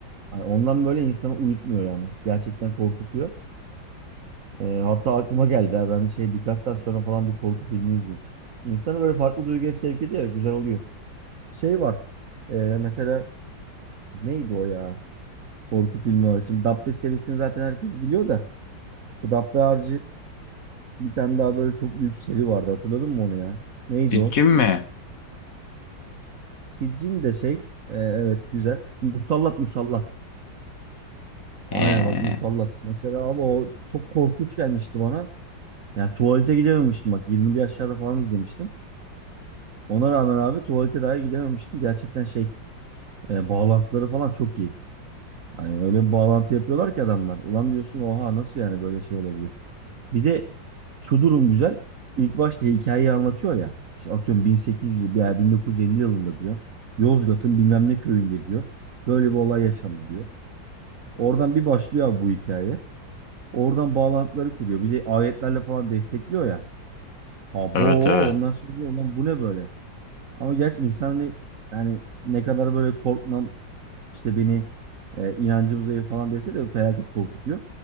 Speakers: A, on the right; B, on the left.
A: Hani ondan böyle insanı uyutmuyor yani. Gerçekten korkutuyor. Ee, hatta aklıma geldi ha, ben şey birkaç saat sonra falan bir korku filmi izledim. İnsanı böyle farklı duyguya sevk ediyor ya güzel oluyor. Şey var. ee, mesela neydi o ya? Korku filmi olarak. Şimdi Dabbe serisini zaten herkes biliyor da. Bu Dabbe harici bir tane daha böyle çok büyük seri vardı. Hatırladın mı onu ya? Neydi
B: Sitchin
A: o?
B: mi?
A: Siccin de şey e, evet güzel. Musallat musallat. Aynen
B: Ee,
A: bak musallat. Mesela abi o çok korkunç gelmişti bana. Ya tuvalete gidememiştim bak 20'li yaşlarda falan izlemiştim. Ona rağmen abi tuvalete dahi gidememiştim. Gerçekten şey e, bağlantıları falan çok iyi. Hani öyle bir bağlantı yapıyorlar ki adamlar. Ulan diyorsun oha nasıl yani böyle şey olabilir. Bir de şu durum güzel. İlk başta hikayeyi anlatıyor ya. İşte atıyorum 1800 veya 1950 yılında diyor. Yozgat'ın bilmem ne köyünde diyor. Böyle bir olay yaşandı diyor. Oradan bir başlıyor abi bu hikaye. Oradan bağlantıları kuruyor. Bir de ayetlerle falan destekliyor ya. Abo
B: evet evet.
A: ondan sonra diyor, "Ulan bu ne böyle? Ama gerçi insan hani yani ne kadar böyle korkmam işte beni e, inancım zayıf falan dese de felaket korkutuyor.